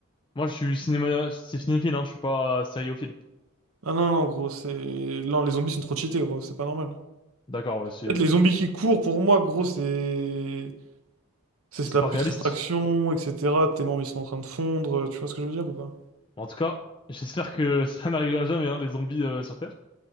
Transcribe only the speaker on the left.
Moi, je suis cinéma... C'est cinéphile, hein, je suis pas sériophile.
D'accord, ouais, c'est...
Donc,
c'est
pas
réaliste.
En tout cas, j'espère que <laughs> ça n'arrivera jamais, hein, les zombies euh, sur Terre.